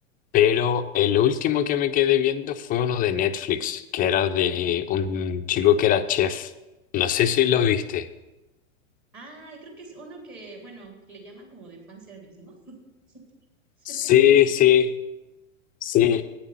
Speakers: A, on the left; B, on the right.
A: pero el último que me quedé viendo fue uno de Netflix, que era de un chico que era chef. No sé si lo viste.
B: Ay, creo que es uno que, bueno, que le llaman como de fanservice, ¿no? Sí.
A: Sí,
B: Creo que sí es ese,
A: sí,
B: ¿no?
A: sí.